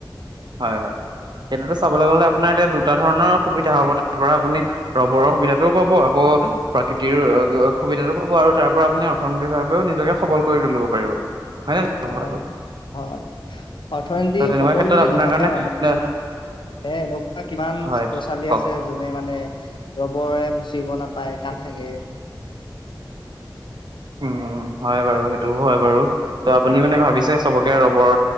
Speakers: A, on the right; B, on the left.
A: হয়, হয়। চাবলৈ গ'লে আপোনাৰ এতিয়া দুটা ধৰণৰ সুবিধা হ'ব, তাৰ পৰা আপুনি ৰবৰৰ সুবিধাতটোও পাব আকৌ প্ৰাকৃতিৰ সুবিধাটো পাব আৰু তাৰ পৰা আপুনি অৰ্থনৈতিকভাৱেও নিজকে সবল কৰি তুলিব পাৰিব। হয় নে নহয়
B: অ',
A: কথাটো
B: হয় অৰ্থনীতি
A: ত তেনেকুৱা
B: সবল
A: ক্ষেত্ৰত
B: বুলি
A: আপোনাৰ
B: নহয়
A: কাৰণে
B: মানে
A: এ,
B: এ এনেকুৱা কিমান
A: হয়
B: ল'ৰা ছোৱালী
A: কওক
B: আছে যোনে মানে ৰবৰে। মুচিব নাপায় কান্দি থাকে।
A: উম, হয় বাৰু সেইটোও হয় বাৰু। ত' আপুনি মানে
B: অ
A: ভাবিছে চবকে ৰবৰ